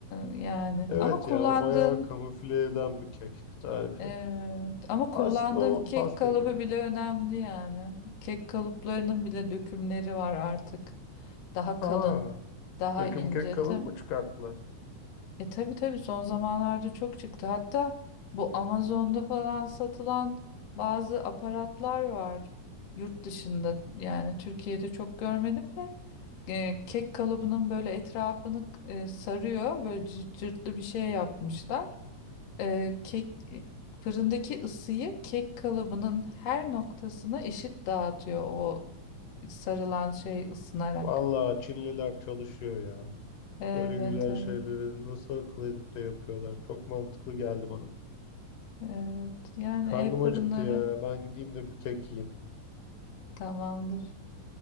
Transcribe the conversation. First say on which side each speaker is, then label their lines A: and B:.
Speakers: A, on the left; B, on the left.
A: yani
B: Evet
A: ama kullandığın
B: ya o bayağı kamufle eden bir kek tarifi.
A: e, ama kullandığın
B: Aslında o
A: kek
B: pasta
A: kalıbı
B: gibi.
A: bile önemli yani. Kek kalıplarının bile dökümleri var artık. Daha
B: Aa,
A: kalın, daha
B: döküm
A: ince.
B: kek kalın mı çıkarttılar?
A: E tabii tabii son zamanlarda çok çıktı. Hatta bu Amazon'da falan satılan bazı aparatlar var yurt dışında. Yani Türkiye'de çok görmedim de e, kek kalıbının böyle etrafını e, sarıyor. Böyle cırt cırtlı bir şey yapmışlar. E, kek e, fırındaki ısıyı kek kalıbının her noktasına eşit dağıtıyor o sarılan şey ısınarak.
B: Vallahi Çinliler çalışıyor ya.
A: Evet
B: Böyle güzel
A: evet
B: şeyleri nasıl akıl edip de yapıyorlar. Çok mantıklı geldi bana.
A: evet. Yani
B: Karnım
A: ev
B: acıktı
A: fırınları
B: ya. Ben gideyim de bir kek yiyeyim.
A: tamamdır.